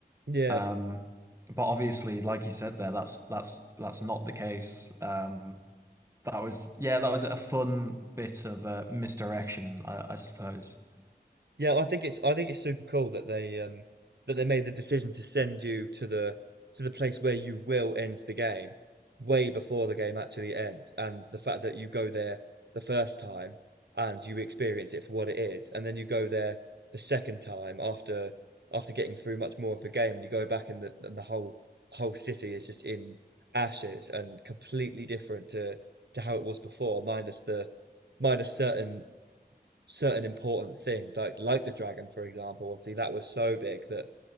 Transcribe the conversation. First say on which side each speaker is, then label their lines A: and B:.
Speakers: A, on the right; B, on the right.
A: Yeah.
B: Um, but obviously, like you said there, that's that's that's not the case. Um, that was yeah, that was a fun bit of uh, misdirection, I, I suppose.
A: Yeah, I think it's I think it's super cool that they um that they made the decision to send you to the to the place where you will end the game way before the game actually ends, and the fact that you go there the first time and you experience it for what it is, and then you go there the second time after after getting through much more of the game, and you go back and the and the whole whole city is just in ashes and completely different to to how it was before, minus the minus certain certain important things, like like the dragon, for example. Obviously, that was so big that